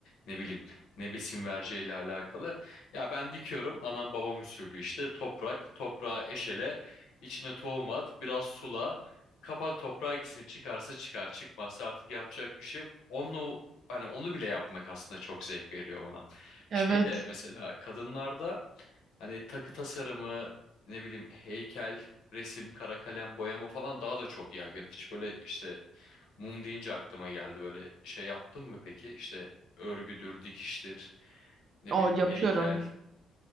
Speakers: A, on the left; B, on the right.
A: ne bileyim ne besin vereceğiyle alakalı. Ya ben dikiyorum anam babam usulü işte toprak toprağa eşele içine tohum at biraz sula kapat toprağa gitsin çıkarsa çıkar çıkmazsa artık yapacak bir şey yok. Onu hani onu bile yapmak aslında çok zevk veriyor bana.
B: Evet,
A: Şey de mesela kadınlarda hani takı tasarımı ne bileyim heykel resim kara kalem boyama falan daha da çok yaygın. Hiç böyle işte mum deyince aklıma geldi böyle şey yaptın mı peki İşte örgüdür dikiştir ne
B: o
A: bileyim
B: yapıyorum.
A: heykel.